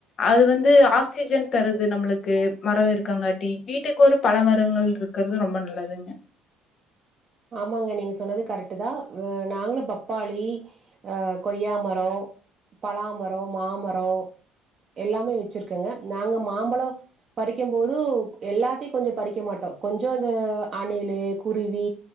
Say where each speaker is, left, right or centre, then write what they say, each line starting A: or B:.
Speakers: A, on the left; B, on the right.
A: அது வந்து ஆக்சிஜன் தருது நம்மளுக்கு மரோ இருக்காங்காட்டி வீட்டுக்கோ ஒரு பழ மரங்கள் இருக்கிறது ரொம்ப நல்லதுங்க
B: ஆமாங்க நீங்க சொன்னது கரெக்டு தா வெ நாங்களு பப்பாளி ஆ கொய்யா மரோ பலாமரோ மாமரோ எல்லாமே வச்சிருக்கங்க நாங்க மாம்பழோ பறிக்கும் போது எல்லாத்தையு கொஞ்சோ பறிக்க மாட்டோ கொஞ்சோ அந்த அணிலு குருவி